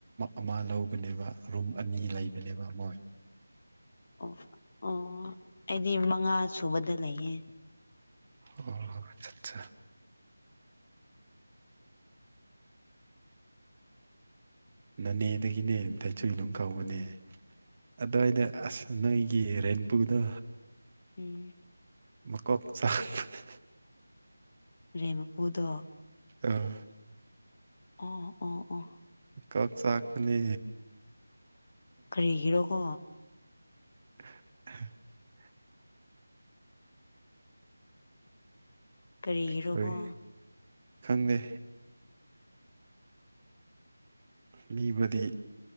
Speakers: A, on the right; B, on the left.
A: ꯑꯃ ꯂꯧ ꯅꯦꯕ ꯔꯨꯝ ꯑꯅꯤ ꯂꯩꯕꯅꯦꯕ ꯃꯣꯏ
B: ꯑꯣ ꯑꯣ ꯑꯩꯗꯤ ꯃꯉꯥ ꯁꯨꯕꯗ ꯂꯩꯌꯦ
A: ꯑꯣ ꯑꯆꯠ ꯁꯥ ꯅꯅꯦꯗꯒꯤꯅꯦꯇꯁꯨꯨ ꯑꯗꯨꯝ ꯀꯥꯎꯕꯅꯦ <unintelligible> ꯑꯗꯨꯋꯥꯏꯗ ꯑꯁ ꯅꫭꯒꯤ ꯔꯦꯟꯕꯨꯨꯗꯣ
B: ꯎꯝ
A: ꯃꯀꯣꯛ ꯆꯥꯛꯄꯅ‌ꯦ
B: ꯔꯦꯟ ꯃꯄꯨꯗꯣ
A: ꯑꯥ
B: ꯑꯣ ꯑꯣ ꯑꯣ
A: ꯀꫭꯛꯆꯥꯥꯥꯛ ꯄꯅꯤ
B: ꯀꯔꯤꯒꯤꯔꯣꯀꯣ
A: <unintelligible>
B: ꯀꯔꯤꯒꯤꯔꯣꯀꫭ
A: ꯑꯩꯈꯣꯏ ꯈꯪꯗꯦ ꯃꯤꯕꯨꯗꯤ